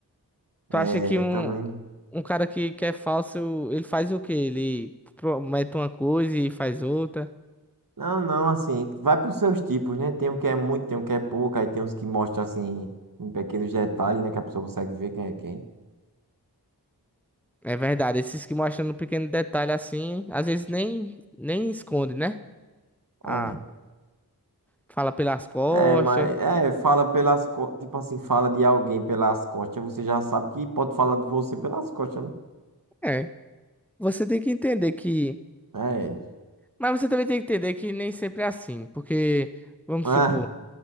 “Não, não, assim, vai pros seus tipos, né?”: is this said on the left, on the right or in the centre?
Right